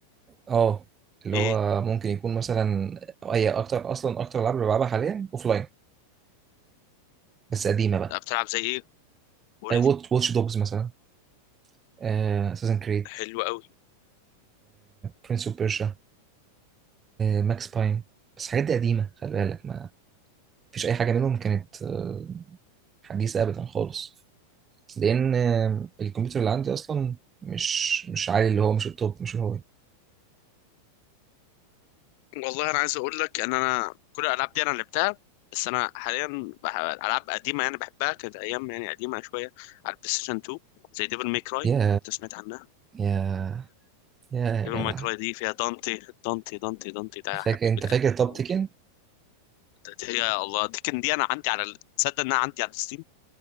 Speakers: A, on the right (about 20°); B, on the left (about 45°).
A: اه اللي
B: ايه
A: هو ممكن يكون مثلا اي اكتر اصلا اكتر العاب اللي بلعبها حاليا لاين بس قديمه بقى
B: لا، بتلعب زي ايه قول
A: واتش
B: لي
A: دوجز مثلا اساسن كريد
B: حلو قوي
A: برنس اوف بيرشا ماكس باين بس الحاجات دي قديمه خلي بالك ما فيش اي حاجه منهم كانت آه، حديثه ابدا خالص لان الكمبيوتر اللي عندي اصلا مش مش عالي اللي هو مش التوب مش الهاي
B: والله انا عايز اقول لك ان انا كل الالعاب دي انا لعبتها بس انا حاليا بح- العاب قديمه يعني بحبها كانت ايام يعني قديمه شويه على البلاي ستيشن 2 زي ديفل ماي كراي
A: يا
B: انت سمعت عنها
A: يا يا يا
B: ديفل
A: جدع
B: ماي كراي دي فيها دانتي دانتي دانتي دانتي ده حبيب
A: فاكر انت
B: القلب
A: فاكر طب
B: أو-
A: تيكن
B: ده- ده- يا الله دي كان دي انا عندي على ال- تصدق انها عندي على الستيم